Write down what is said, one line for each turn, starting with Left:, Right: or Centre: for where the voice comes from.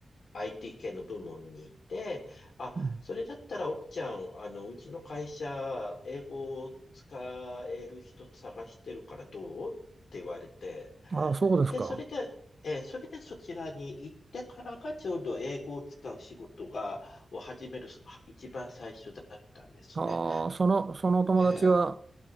Left: IT 系の部門にいて、あ、
Right: うん。
Left: それだったら奥ちゃん、あの、うちの会社、英語を使える人探してるからどうって言われて、
Right: ああ、そうですか。
Left: で、それで、えーそれでそちらに行ってからがちょうど英語を使う仕事が、を始めるは一番最初だったんですね。
Right: ああ、その、その友達は、
Left: ええ、